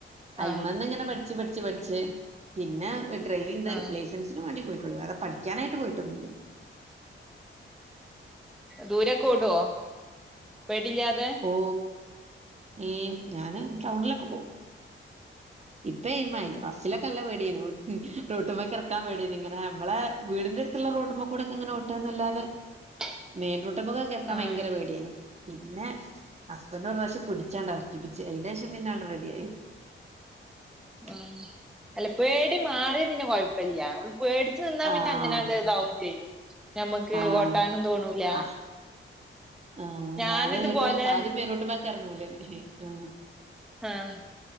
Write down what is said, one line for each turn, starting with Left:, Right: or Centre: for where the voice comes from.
Right: അയി്മന്ന്
Centre: ആഹ്
Right: ങ്ങനെ പട്ച്ച് പട്ച്ച് പഠിച്ച് പിന്നെ എട് ഡ്രൈവിംഗ്
Centre: ആഹ്
Right: ലൈസൻസിന് വേണ്ടി പോയിട്ടുളള്ളൂ വേറെ പഠിക്കാനായിട്ട് പോയിട്ടൊന്നുല്ല.
Centre: ദൂരൊക്കെ ഓടോ പേടില്ലാതെ?
Right: ഓ ഏഹ് ഞാന് ടൗണിലൊക്കെ പോവും. ഇപ്പ എയിം ആയി ഫസ്സിലൊക്കെ നല്ല പേട്യേനു. റോട്ട് മക്ക് എർക്കാൻ പേട്യേനി ഇങ്ങന നമ്മളേ വീടിന്റെട്ത്തുള്ള റോട്ട്മ്മക്കൂടെ ഇക്കെങ്ങനെ ഓട്ടാന്നല്ലാതെ.
Centre: <unintelligible>
Right: മെയിൻ റോട്ട്മ്മക്കൊക്കെ എർക്കാൻ
Centre: ആഹ്
Right: ഭയങ്കര പേട്യേനി പിന്നെ ഹസ്ബൻറ് ഒര് പ്രാവശം പിടിചാണ്ടർ ക്കിപ്പിച്ച് അയിന്റെഷം പിന്നാണ്ട് റെഡി ആയി. <inaudible>
Centre: ആഹ്. അല്ല പേടി മാറിയ പിന്നെ കൊയ്പ്പല്ല്യ പേടിച്ച് നിന്നാ
Right: ആഹ്
Centre: പിന്നെ അങ്ങനാണ്ട് ഇതാവും ചെയ്യും. ഞമ്മക്ക്
Right: ആഹ്
Centre: ഓട്ടാനും തോണൂല.
Right: ആഹ് ആഹ്
Centre: ഞാനിതുപോലെ
Right: ഞാന് എന്നട്ട് ആദ്യം മെയിൻ റോട്ട്മക്ക് എർങ്ങൂലേനി ആഹ്.
Centre: ആഹ്.